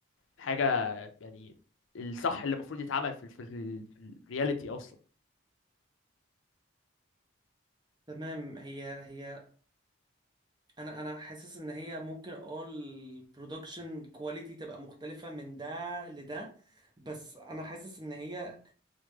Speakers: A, on the left; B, on the right.
A: حاجه يعني الصح اللي المفروض يتعمل في ال- في ال- في الرياليتي اصلا
B: تمام هي هي انا انا حاسس ان هي ممكن اه البرودكشن كواليتي تبقى مختلفة من ده لده بس انا حاسس ان هي